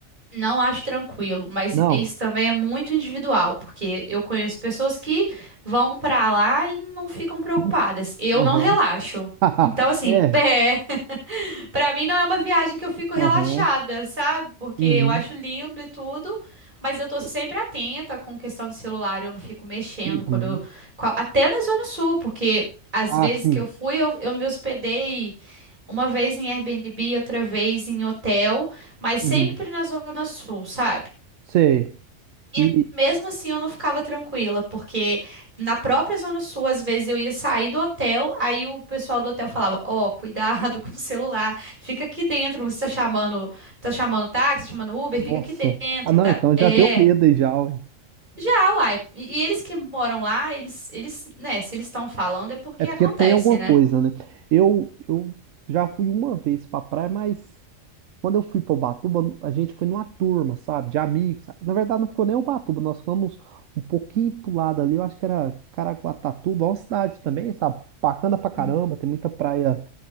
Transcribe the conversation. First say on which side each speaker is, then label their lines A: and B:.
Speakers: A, on the right; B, on the right.
A: Não acho tranquilo, mas
B: Não.
A: isso também é muito individual, porque eu conheço pessoas que vão pra lá e não ficam preocupadas.
B: Hum,
A: Eu
B: Aham.
A: não relaxo.
B: <laughs>
A: Então, assim,
B: É.
A: <laughs> Pra mim não é uma viagem que eu fico relaxada,
B: Aham.
A: sabe? Porque
B: Uhum.
A: eu acho lindo e tudo, mas eu tô sempre atenta com questão de celular, eu não fico mexendo
B: Uhum.
A: quando eu- qua- até na Zona Sul, porque às
B: Ah,
A: vezes
B: sim.
A: que eu fui, eu, eu me hospedei uma vez em Airbnb, outra vez em hotel, mas sempre
B: Uhum.
A: na Zona Sul, sabe?
B: Sei.
A: E
B: E.
A: mesmo assim eu não ficava tranquila, porque na própria Zona Sul, às vezes eu ia sair do hotel, aí o pessoal do hotel falava: Ó, cuidado com o celular, fica aqui dentro, você tá chamando, tá chamando táxi, tá chamando Uber,
B: Nossa.
A: fica aqui dentro,
B: Ah, não,
A: tá?
B: então
A: É.
B: já deu medo aí já, ué.
A: Já, uai. E, e eles que moram lá, eles, eles, né, se eles estão falando é porque
B: É porque
A: acontece,
B: tem alguma
A: né?
B: coisa, né? Eu, eu já fui uma vez pra praia, mas quando eu fui pra Ubatuba, a gente foi numa turma, sabe? De amigos. sabe? Na verdade, não ficou nem Ubatuba, nós ficamos um pouquinho pro lado ali, eu acho que era Caraguatatuba, é uma cidade também, sabe? Bacana pra caramba,
A: Hum,
B: tem muita praia